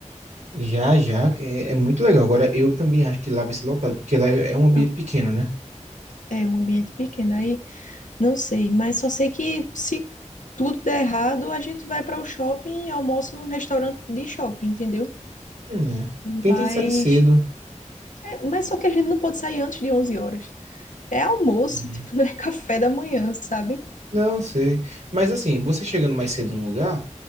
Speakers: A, on the right (about 65°); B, on the left (about 80°).
A: Já, já, é, é muito legal. Agora, eu também acho que lá vai ser lotado, porque lá é um ambiente
B: Não,
A: pequeno, né?
B: é um ambiente pequeno aí, não sei, mas só sei que se tudo der errado, a gente vai para o shopping e almoça num restaurante de shopping, entendeu?
A: É. Tentem
B: Mas,
A: sair cedo.
B: é, mas só que a gente não pode sair antes de 11 horas. É almoço,
A: Uhum.
B: <laughs> tipo, não é café da manhã, sabe?
A: Não sei. Mas assim, você chegando mais cedo no lugar.